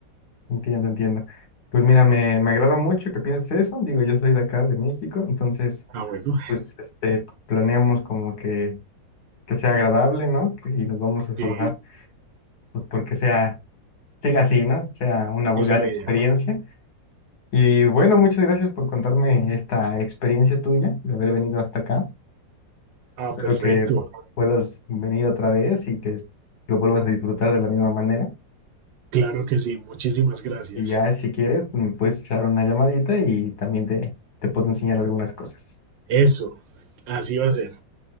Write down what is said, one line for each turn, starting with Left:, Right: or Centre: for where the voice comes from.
Left: Entiendo, entiendo. Pues mira, me, me agrada mucho que pienses eso. Digo, yo soy de acá, de México, entonces,
Right: Ah, bueno,
Left: pues, este, planeamos como que, que sea agradable, ¿no? Que- Y nos vamos a esforzar,
Right: sí,
Left: pues, porque sea, siga así, ¿no? Sea una bu-
Right: esa
Left: gran
Right: es la
Left: experiencia.
Right: idea.
Left: Y bueno, muchas gracias por contarme esta experiencia tuya de haber venido hasta acá.
Right: Ah,
Left: Espero
Right: perfecto.
Left: que puedas venir otra vez y que lo vuelvas a disfrutar de la misma manera.
Right: Claro que sí, muchísimas gracias.
Left: Y ya, si quieres, pues, me puedes echar una llamadita y también te, te puedo enseñar algunas cosas.
Right: Eso, así va a ser.